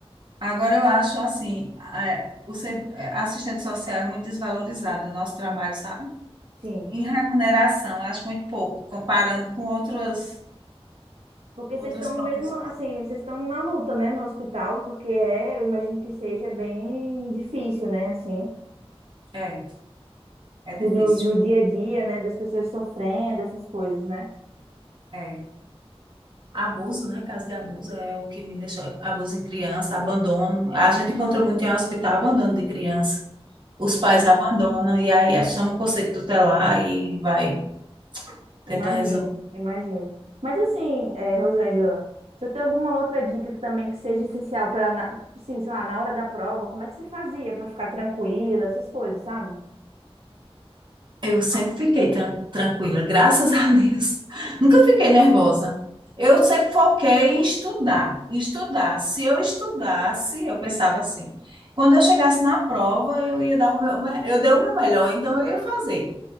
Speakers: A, on the right; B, on the right.
A: Agora eu acho assim, é, o ser- é, assistente social é muito desvalorizado no nosso trabalho,
B: um-
A: sabe?
B: sim.
A: Em remuneração, eu acho muito pouco, comparando com outras,
B: Porque vocês
A: outras
B: estão
A: profissões.
B: no mesmo, assim, vocês estão na luta, né, no hospital, porque é, eu imagino que seja bem difícil, né, assim,
A: É, é difícil.
B: no, no dia a dia, né, das pessoas sofrendo, essas coisas, né?
A: É. Abuso, né? Caso de abuso é o que me deixa. Abuso em criança, abandono. A gente encontra muito em hospital abandono de criança. Os pais abandonam e aí chamam o conselho tutelar e vai tentar
B: Imagino,
A: resolver.
B: imagino. Mas assim, é, Rosângela, você tem alguma outra dica que também que seja essencial para, sim, sei lá, na hora da prova, como é que você fazia para ficar tranquila, essas coisas, sabe?
A: Eu sempre fiquei tran- tranquila, graças a Deus. <laughs> Nunca fiquei nervosa. Eu sempre foquei em estudar, em estudar. Se eu estudasse, eu pensava assim. Quando eu chegasse na prova, eu ia dar o meu, eu dei o meu melhor, então eu ia fazer.